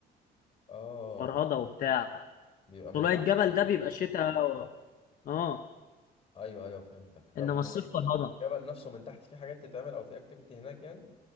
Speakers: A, on the left; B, on the left.
A: اه
B: فرهضة وبتاع
A: بيبقى من
B: طلوع
A: تحت
B: الجبل
A: <laughs>
B: ده بيبقى شتاء و... اه
A: ايوه ايوه فهمتك طب
B: انما الصيف فرهضة
A: والجبل نفسه من تحت في حاجات تتعمل او في اكتيفيتي هناك يعني